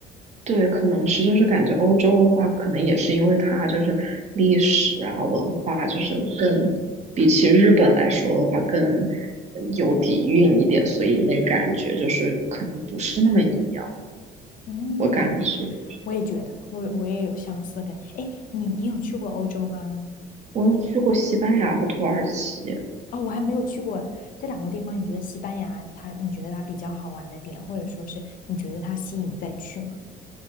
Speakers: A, on the right; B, on the left.
A: 对，可能是就是感觉欧洲的话，可能也是因为它就是历史啊、文化，就是更比起日本来说的话，更嗯有底蕴一点，所以那感觉就是可能不是那么一样。
B: 嗯，
A: 我感觉
B: 我也觉得，我我也有相似的感觉。哎，你你有去过欧洲吗？
A: 我有去过西班牙和土耳其，
B: 哦，我还没有去过这两个地方。你觉得西班牙它，你觉得它比较好玩的点，或者说是你觉得它吸引再去吗？